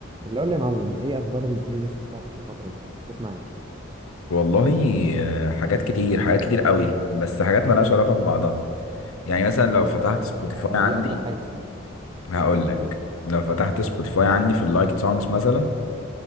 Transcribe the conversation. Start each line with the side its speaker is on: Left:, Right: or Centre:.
Right: اللي اقول لي يا معلم ايه اخبار البلاي ليست بتاعتك الفتره دي بتسمع ايه
Left: والله آه، حاجات كتير حاجات كتير قوي بس حاجات ملهاش علاقة ببعضها يعني مثلا لو فتحت سبوتيفاي
Right: يعني
Left: عندي
Right: ايه اكتر حاجه مثلا
Left: هقول لك
Right: اه
Left: لو فتحت سبوتيفاي عندي في اللايك سونجز مثلا